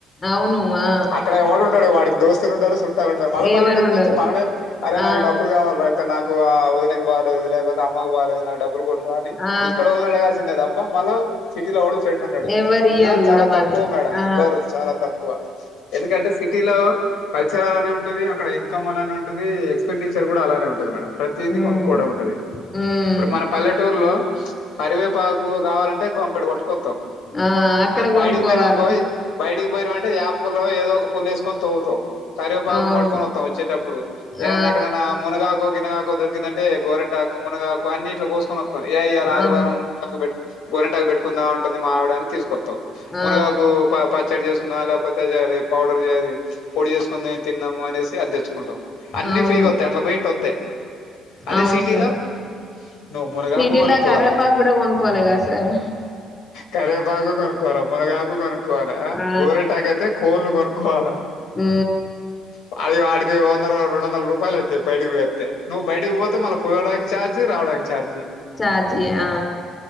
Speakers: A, on the left; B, on the left.
A: అవును ఆ
B: అక్కడ ఎవడు ఉంటాడు వాడికి దోస్తు టు చుట్టాలుంటన్నారు మళ్ళ పల్లటూరుకి
A: ఎవరు ఉండరు
B: వచ్చ మననే అరే
A: ఆ!
B: నా డబ్బులు కావాల నాకు ఆ వదిన బాలేదు లేకపోతే అమ్మకు బాాలలేదు నాకు డబ్బులు కొట్టరా అని
A: ఆ!
B: ఇక్కడళ్లళ అడగాల్సిందే తప్ప మళ్ళా సిటీలో వాడు ఫ్రెండ్ ఉన్నాడు
A: ఎవరియ్యరు
B: ఉన్నా చాలా
A: గూడా మళ్ళీ.
B: తక్కువ మేడం
A: ఆ!
B: ఇవ్వరు చాలా తక్కువ ఎందుకంటే సిటీలో కల్చర్ అలానే ఉంటది అక్కడ ఇన్కమ్ం అలానే ఉంటది ఎక్స్పెండిచర్ కూడా అలానే ఉంటుంది మేడం ప్రతిదిీ
A: హ్మ్.
B: కొనుక్కో ఉంటది
A: హ్మ్.
B: ఇప్పుడు మన పల్లెటూరు లో పరివేపాకు కావాలంటే గప కొట్టుకస్తాం
A: ఆ! అక్కడ
B: బయటికి
A: గొనుక్కోవాలి.
B: పోయినాకో బయటి పోయి అంటే ఆ పుల్ల్లో ఏదో పుల్లు వసుకొని త్తావు కరివేపాకు
A: అవును.
B: పట్కొని వస్తాం వచ్చేటప్పుడు ఏదన్నా
A: ఆ!
B: ఎక్కడ మునగాకు గినగాకో దొరికిందంటే గోరెటాకు మునగాకు అన్నిట్లో కోసుకున్న ఏ ఇలా ఆదివారంట్
A: అవును.
B: గరింటాకు పెట్టుకుందా ఉంటుంది మామివిడ అని తీసుకొాం
A: ఆ!
B: మునగాకు పచ్చడి చేసు ఆాలపత్త చేయాలి పౌడర్ చేయి పొడి చేసుకుని తిన్నాము అనేసి అది తెచ్చుకుంటాం అన్నీ
A: అవును.
B: ఫ్రీగా వతాయి అట్లా వెయిట్ వస్తాయి అదే
A: అవును
B: సిటీలో
A: సార్.
B: నువ్వు మునగాకు
A: సిటీ‌లా
B: కొనుక్కోవాలి
A: కరివేపాకు గూడా గొనుక్కోవాలి గదా సార్.
B: కరివేపాకు కొనుక్కోవాలి మునగాకు కొనుక్కోవాలా
A: ఆ!
B: గోరెటాక అయితే కోళలు కొనుక్కోవాలా
A: హ
B: వా వాడికి వందర రెండంద మల రూపాయలువుతాయి బయకి పోస్తతే నువ్వు బయటకి పోతే మళ్ళ ప పోవడానికి ార్జి రావడానికి ఛార్జి
A: చషాజీ ఆ